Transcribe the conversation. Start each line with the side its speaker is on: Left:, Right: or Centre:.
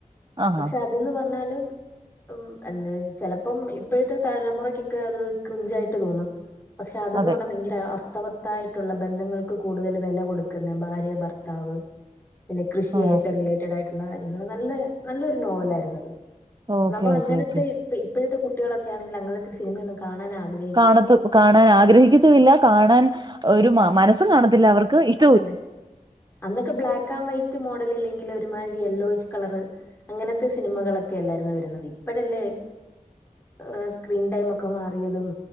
Right: ആഹാ
Left: പക്ഷെ അ ത് ന്ന് പറഞ്ഞാലും ഉം എനേം ചെലപ്പം ഇപ്പഴ്‌ത്തെ തലമുറക്കൊക്കെ അത് ക്രിഞ്ചായിട്ട് തോന്നും. പക്ഷെ അതെന്ന്
Right: അതെ
Left: പറഞ്ഞാ ഭയങ്കരെ അർത്തവത്തായിട്ടുള്ള ബന്ധങ്ങൾക്ക് കൂടുതല് വെല കൊടുക്കുന്ന ഭാര്യ- ഭർത്താവ് പിന്നെ കൃഷിയായിട്ടാ
Right: ഓ
Left: റിലേറ്റടായിട്ട- ള്ള കാര്യങ്ങള് നല്ല നല്ലൊരു നോവലായിരുന്നത്
Right: ഓക്കെ
Left: ന്നമ്മളങ്ങനത്തെ-
Right: ഓക്കെ ഓക്കെ
Left: ഇപ്പ ഇപ്പഴത്തെ കുട്ടികളക്കെയാണെങ്കിൽ അങ്ങനത്തെ സിനമയൊന്നും കാണാനാഗ്ര-
Right: കാണത്തും പ്പ കാണാൻ ആഗ്രഹിക്കത്തുവില്ല കാണാൻ ഒരു മ മനസ്സും കാണത്തില്ല അവർക്ക് ഇഷ്-
Left: അനെ അന്നൊക്കെ ബ്ലാക്കാൻ വൈറ്റ് മോഡലില്ലെങ്കി ലൊരുമായ്രി യെല്ലോയിഷ് കളറ്. അങ്ങനത്തെ സിനിമകളെക്കെ അല്ലായിര്ന്നോ വരുന്നത് ഇപ്പഴല്ലേ- ഏ സ്ക്രീൻ ടൈം ഒക്കെ മാറിയതും,